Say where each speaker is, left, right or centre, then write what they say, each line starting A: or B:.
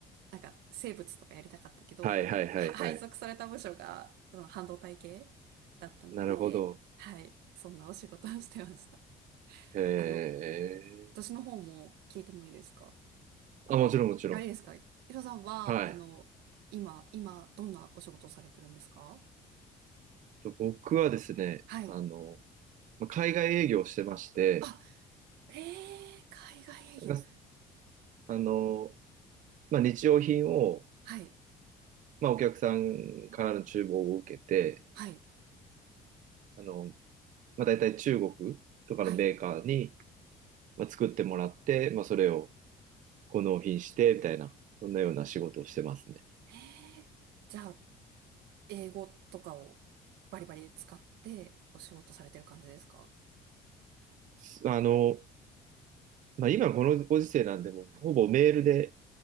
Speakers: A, on the right; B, on the right.
A: なんか生物とかやりたかったけど、
B: はいはいはいはい。
A: は配属された部署が、うん、半導体系だったので、
B: なるほど。
A: はい、そんなお仕事をしてました。
B: へえ。
A: あの、私の方も聞いてもいいですか
B: あ、もちろんもちろん。
A: あれですかヒロさんは、
B: はい。
A: あの、今、今、どんなお仕事をされてるんですか
B: と僕はですね、
A: はい。
B: あの、まあ海外営業をしてまして、
A: あ、ええー海外営業。
B: なんかあの、まあ、日用品を、
A: はい、
B: まあ、お客さんからの注文を受けて、
A: はい、
B: あの、まあ、大体中国とかのメーカーに、
A: はい。
B: まあ、作ってもらって、まあ、それをこう納品してみたいな、そんなような仕事をしてますね。
A: ええーじゃあ、英語とかをバリバリ使ってお仕事されてる感じですか
B: すあの、まあ、今このご時世なんで、もうほぼメールで